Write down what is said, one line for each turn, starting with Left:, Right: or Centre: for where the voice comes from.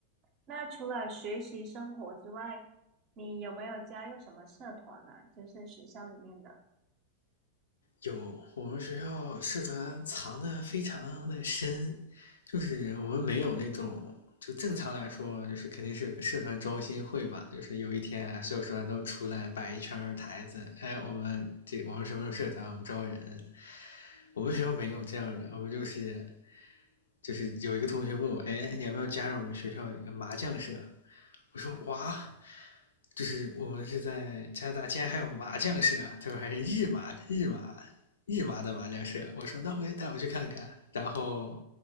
Right: 那除了学习生活之外，你有没有加入什么社团呢？就是学校里面的，
Left: 有，我们学校社团藏的非常的深，就是我们没有那种，就正常来说，就是肯定是有个社团招新会吧，就是有一天啊所有社团都出来摆一圈台子，哎，我们这我们什么时候社团，我们招人，我们学校没有这样的，我们就是就是有一个同学问我，哎，你要不要加入我们学校一个麻将社？我说哇，就是我们是在加拿大，竟然还有麻将社，他说还是日麻日麻日麻的麻将社。我说那回带我去看看，然后